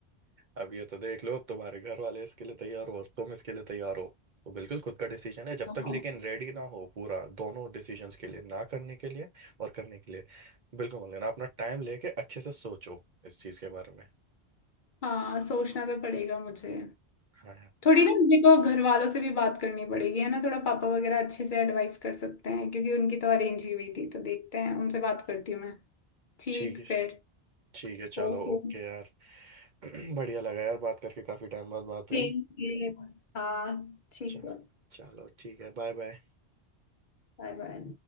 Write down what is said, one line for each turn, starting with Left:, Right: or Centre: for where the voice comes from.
Right: अब ये तो देख लो अब तुम्हारे घर वाले इसके लिए तैयार हो और तुम इसके लिए तैयार हो तो बिल्कुल खुद का डिसीजन है जब
Left: अब
Right: तक लेकिन रेडी ना हो पूरा दोनों डिसीजंस के लिए ना करने के लिए और करने के लिए बिल्कुल मान लेना अपना टाइम लेके अच्छे से सोचो इस चीज़ के बारे में
Left: हाँ सोचना तो पड़ेगा मुझे
Right: हाँ यार
Left: थोड़ी ना मेरे को घर वालों से भी बात करनी पड़ेगी है ना थोड़ा पापा वगैरह अच्छे से एडवाइस कर सकते हैं क्योंकि उनकी तो अरेंज ही हुई थी तो देखते हैं उनसे बात करती हूँ मैं ठीक
Right: ठीक है
Left: फिर
Right: ठीक है चलो
Left: ओके
Right: ओके यार <clears throat> बढ़िया लगा यार बात करके काफ़ी टाइम बाद बात हुई
Left: Thank you हाँ ठीक
Right: चा-
Left: है
Right: चलो ठीक है बाय बाय
Left: Bye bye